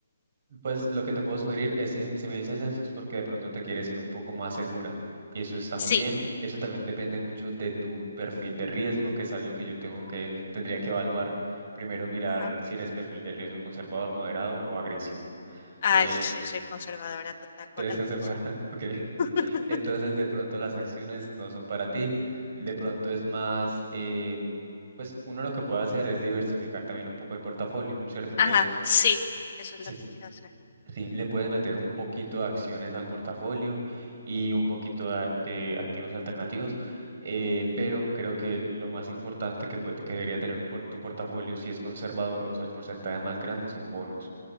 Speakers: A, on the right; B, on the left.
A: pues lo que te puedo sugerir es si, si me dices eso es porque de pronto te quieres ir un poco más segura y eso está muy
B: Sí,
A: bien. Eso también depende mucho de tu perfil de riesgo, que es algo que yo tengo que, tendría que evaluar. Primero mirar
B: Ajá.
A: si eres perfil de riesgo conservador, moderado o agresivo.
B: Ay,
A: Eh,
B: sí, soy conservadora total por-
A: ¿eres
B: al
A: conservador?
B: principio.
A: <laughs> Ok.
B: <laughs>
A: Entonces, de pronto las acciones no son para ti. De pronto es más, em, pues uno lo que puede hacer es diversificar también un poco el portafolio, ¿cierto? Entonces,
B: Ajá, sí, eso
A: sí,
B: es lo que quiero hacer.
A: sí, le puedes meter un poquito de acciones al portafolio y un poquito de, ar- de activos alternativos, eh, pero creo que lo más importante que, puede- que debería tener un por- tu portafolio, si es conservador, o sea, el porcentaje más grande son bonos.